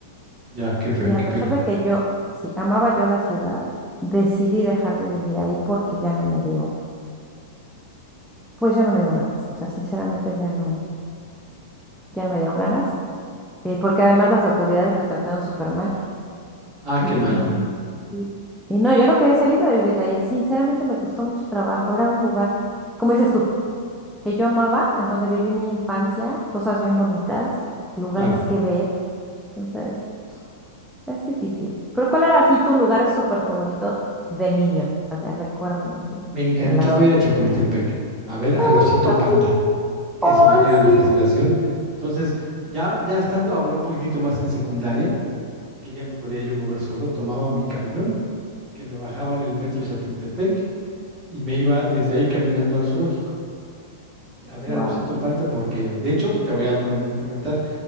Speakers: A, on the right; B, in the centre.
A: ya, qué fe-
B: y
A: qué
B: a pesar
A: pena.
B: de que yo, sí, amaba yo la ciudad, decidí dejar de vivir ahí porque ya no me dio, pues ya no me dieron ganas. O sea, sinceramente ya no, ya no me dieron ganas, eh, porque además las autoridades me trataron súper mal
A: Ah,
B: y,
A: qué mal,
B: y, y, y no, yo no quería salirme de vivir de ahí. Sinceramente me costó mucho trabajo. Era un lugar, como dices tú, que yo amaba, en donde viví mi infancia, cosas bien bonitas, lugares
A: claro.
B: que ver. Entonces... Es difícil. ¿Pero cuál era así tu lugar súper favorito de niño? O sea, recuérdame así,
A: Me encantaba
B: en la ciudad.
A: ir a Chapultepec, a ver al
B: ¡Oh,
A: osito
B: yo también!
A: panda. Eso
B: ¡Oh,
A: me- era mi
B: sí!
A: fascinación. Entonces, ya, ya estando hablando un poquitito más en secundaria, que ya me podía yo mover solo, tomaba mi camión, que me bajaba en el metro de Chapultepec y me iba desde ahí caminando al zoológico. a ver
B: ¡Wow!
A: al Osito Panda, porque de hecho te voy a comen- comentar,